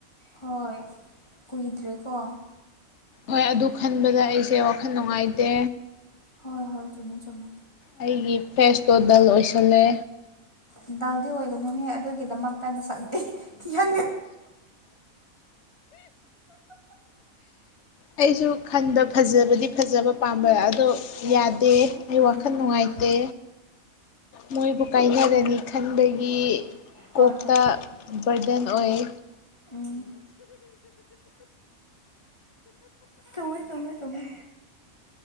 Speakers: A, on the left (about 20°); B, on the left (about 60°).
A: ꯍꯣꯏꯈꯣꯏꯒ꯭ꯔꯦ ꯀ
B: ꯍꯣꯏ ꯑꯗꯨ ꯈꯟꯕꯗ ꯑꯩꯁꯦ ꯋꯥꯈꯜ ꯅꯨꯡꯉꯥꯏꯇꯦ
A: ꯍꯣꯏ ꯍꯣꯏ ꯃꯦ ꯆꯨꯝꯃꯦ
B: ꯑꯩꯒꯤ ꯐꯦꯁꯇꯣ ꯗꯜ ꯑꯣꯏꯁꯜꯂꯦ
A: ꯗꯗꯥꯜꯗꯤ ꯑꯣꯏꯒꯅꯨꯍꯦ ꯑꯗꯨꯒꯤꯗꯃꯛꯇ ꯑꯩꯅ ꯁꯛ ꯊ ꯌꯥ
B: ꯑꯩꯁꯨ ꯈꯟꯕ ꯐꯖꯕꯗꯤ ꯐꯖꯕ ꯄꯥꯝ ꯝꯕ ꯑꯗꯣ ꯌꯥꯗꯦ ꯑꯩ
A: ꯎꯝ
B: ꯋꯥꯈꯜ ꯅꯨꯡꯉꯥꯏꯇꯦ ꯃꯣꯏꯕꯨ ꯀꯥꯏꯅꯔꯅꯤ ꯈꯟꯕꯒꯤ
A: ꯍꯣꯏ
B: ꯀꯣꯛꯇ
A: ꯍꯣꯏ
B: ꯕꯔꯗꯟ ꯑꯣꯏ
A: ꯎꯝ ꯆꯨꯝꯃꯦ ꯆꯨꯝꯃꯦ ꯆꯨꯝꯃꯦ